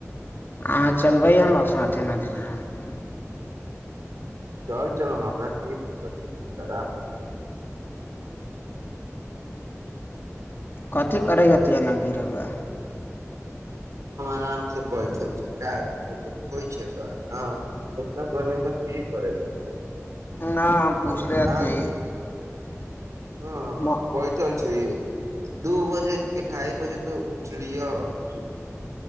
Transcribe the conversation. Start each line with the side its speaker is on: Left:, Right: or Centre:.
Left: अहाँ चलबै हमरा साथ एना दिन नहाए
Right: चल चलम हमरा की दिक्कत छै हम त अराम सँ चल चलम
Left: कथि करै हथिन अभी रौआ
Right: काम से बैठल छी का कुछो त होइ छै का ना एतना बरे के करेली
Left: ना हम पूछले हतियै
Right: आ- हँ
Left: म
Right: बैठल ठीक दू बजे की ढ़ाइ बजे तऽ उठलियऽ हँ